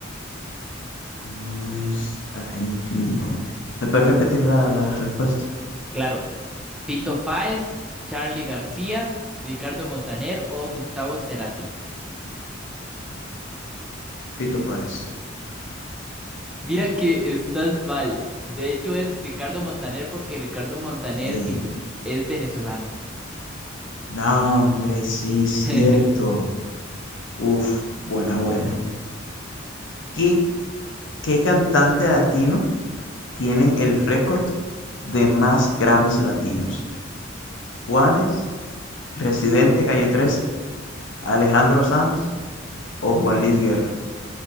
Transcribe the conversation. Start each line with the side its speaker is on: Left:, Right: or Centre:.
Left: No es argentino. ¿Me puedes repetir la, la respuesta?
Centre: Claro, Fito Páez, Charly García, Ricardo Montaner o Gustavo Cerati.
Left: Fito Páez.
Centre: Mira que estás mal. De hecho es Ricardo Montaner porque Ricardo Montaner
Left: ¿Qué?
Centre: sí, es venezolano.
Left: No, hombre, sí, cierto.
Centre: <laughs>
Left: Uf, buena, buena. ¿Qué, qué cantante latino tiene el récord de más Grammys latinos? ¿Juanes, Residente Calle 13, Alejandro Sanz o Juan Luis Guerra?